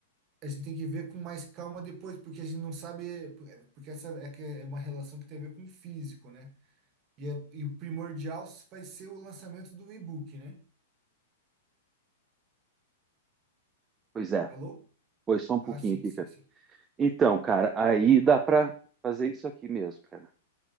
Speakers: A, on the right; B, on the right.
A: A gente tem que ver com mais calma depois, porque a gente não sabe, porque essa é que é uma relação que tem a ver com o físico, né? E, é- e o primordial vai ser o lançamento do e-book, né?
B: Pois é,
A: Alô?
B: pois só um pouquinho
A: Ah, sim,
B: aqui,
A: sim,
B: cara.
A: sim.
B: Então, cara, aí dá pra fazer isso aqui mesmo, cara.